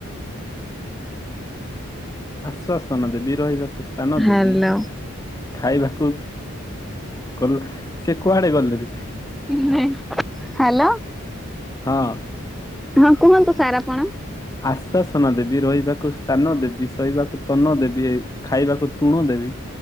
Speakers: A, on the left (about 15°); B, in the centre.
A: ଆଶ୍ଵାସନ ଦେବି, ରହିବାକୁ ସ୍ଥାନ
B: ହ୍ୟାଲୋ।
A: ଦେବି, ଖାଇବାକୁ ଗଲା ସେ କୁଆଡେ ଗଲେ ଦିଦି।
B: <unintelligible> ହ୍ୟାଲୋ।
A: ହଁ।
B: ହଁ କୁହନ୍ତୁ ସାର୍ ଆପଣ।
A: ଆଶ୍ଵସନା ଦେବି, ରହିବାକୁ ସ୍ଥାନ ଦେବି, ସୋଇବାକୁ ତନ ଦେବି। ଖାଇବାକୁ ତୁଣ ଦେବି।